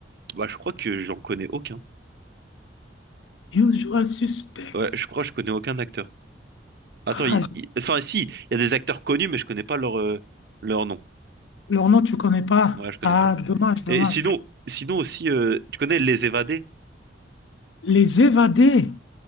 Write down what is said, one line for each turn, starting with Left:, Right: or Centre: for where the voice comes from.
Right: bah, je crois que j'en connais aucun.
Left: Usual Suspect.
Right: Ouais, je crois que je connais aucun acteur. Attends,
Left: Ah,
Right: il-
Left: je-
Right: il- enfin, si, il y a des acteurs connus, mais je connais pas leur, euh, leur nom.
Left: leur nom, tu connais pas.
Right: Ouais, je connais
Left: Ah,
Right: pas.
Left: dommage, dommage.
Right: Et sinon, sinon aussi, euh, tu connais Les Évadés?
Left: Les Évadés.